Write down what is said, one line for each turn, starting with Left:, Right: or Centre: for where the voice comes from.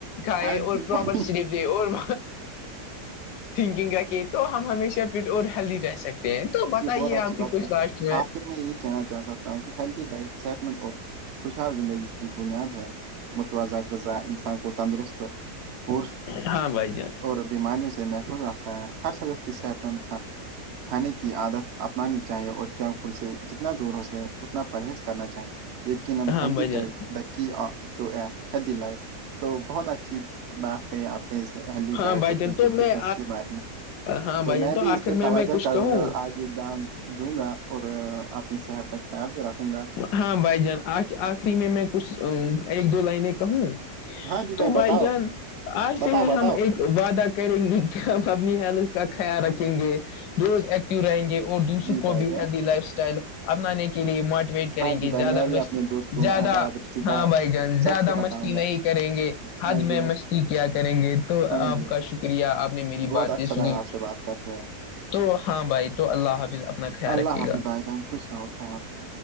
Left: کھائے
Right: ہاں
Left: اور
Right: جی
Left: پراپر
Right: بھائی
Left: س اور تھنکنگ کا کے تو ہم ہمیشہ پٹ اور ہیلدی رہ سکتے ہیں تو بتائیے
Right: جی بہت اچھی
Left: آپ کی
Right: بات
Left: کچھ
Right: کہ
Left: لاسٹ
Right: آخر میں یہی کہنا چاہ سکتا ہوں کہ ہیلدی ڈائٹ صحت مند اور خوشحال زندگی کی بنیاد ہے متوازہ غذا انسان کو تندرست پ
Left: ہاں بھائی جان
Right: اور بیماریوں سے محفوظ رکھ ہر شخص کی صحت مند کھانے کی عادت اپنانی چاہیے اور جنک فوڈ سے ج نا دور ہو سکے اتنا پرہیز کرنا چاہے یقنہلدی
Left: ہاں بھائی جان
Right: ڈائٹ دی ہیی لائف تو بہت اچھی بات کہیں آپ اپ ہیلدی
Left: ہاں
Right: ڈائٹ
Left: بھائی
Right: اور
Left: جان
Right: فزیکل
Left: تو میں
Right: فٹنس کے بارے میں
Left: ہاں بھائی
Right: تو میں
Left: جان
Right: بھی اس
Left: آخر
Right: پہ
Left: میں
Right: توجہ
Left: میں کچھ
Right: کروں
Left: کہوں
Right: گا دان دوں گا اور اپنی صحت کا خیال بھی رکھوں گا
Left: ہاں بھائی جان آخری میں میں کچھ ایک دو لائن کہوں
Right: ہاں جی
Left: تو بھائی
Right: بتاؤ
Left: جان آج
Right: بتاؤ
Left: سے ہی ہم
Right: بتاؤ
Left: ایک وعدہ کریں گے کہ ہم اپنی حالت کا خیال رکھیں گے روز ایکٹیو رہیں گے اور دوسروں
Right: جی
Left: کو
Right: بھائی
Left: بھی
Right: جان
Left: ہیلدی لائف اسٹائل اپنانے کے لیے موٹیویٹ کریں
Right: ہاں جی
Left: گے
Right: بھائی
Left: زیادہ
Right: میں
Left: مست
Right: بھی اپنے دوستوں
Left: زیادہ
Right: احباب رشتہ
Left: ہاں
Right: دار
Left: بھائی جان زیادہ
Right: سب کو
Left: مستی
Right: بتاؤں گا
Left: نہیں کریں گے حد
Right: ہاں جی
Left: میں
Right: بھائی
Left: مستی کیا کریں گے تو
Right: ہاں
Left: آپ
Right: جی بھائی
Left: کا شکریہ آپ نے میری
Right: بہت
Left: باتیں
Right: اچھا
Left: سنی
Right: لگا <inaudible>
Left: تو ہاں بھائی تو اللہ حافظ اپنا خیال
Right: اللہ
Left: رکھیے
Right: حافظ
Left: گا
Right: بھائی جانگ خوش رہو خیال رہو